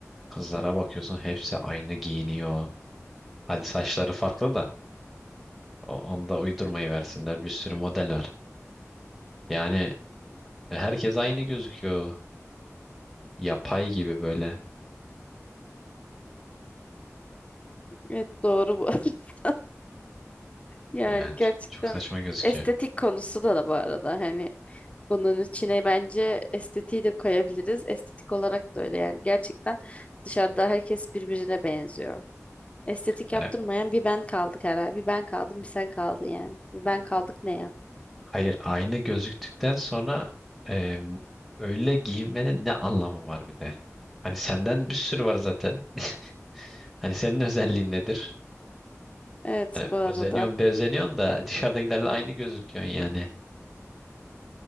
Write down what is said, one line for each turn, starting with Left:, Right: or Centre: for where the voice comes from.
Centre: Kızlara bakıyorsun hepsi aynı giyiniyor. Hadi saçları farklı da o- onu da uydurmayı versinler. Bir sürü model var. Yani herkes aynı gözüküyor. Yapay gibi böyle.
Left: Evet, doğru bu. <laughs> Yani
Centre: Yani ç-
Left: gerçekten
Centre: çok saçma gözüküyor.
Left: estetik konusu da da bu arada. Hani bunun içine bence estetiği de koyabiliriz. Estetik olarak da öyle yani. Gerçekten dışarıda herkes birbirine benziyor. Estetik
Centre: Hani
Left: yaptırmayan bir ben kaldık herhalde. Bir ben kaldım, bir sen kaldın yani. Bir ben kaldık ne ya?
Centre: Hayır, aynı gözüktükten sonra em, öyle giyinmenin ne anlamı var bir de? Hani senden bir sürü var zaten. <laughs> Hani senin özelliğin nedir?
Left: Evet
Centre: Hani özeniyorsun,
Left: bu arada.
Centre: bezeniyorsun da dışarıdakilerle aynı gözüküyorsun yani.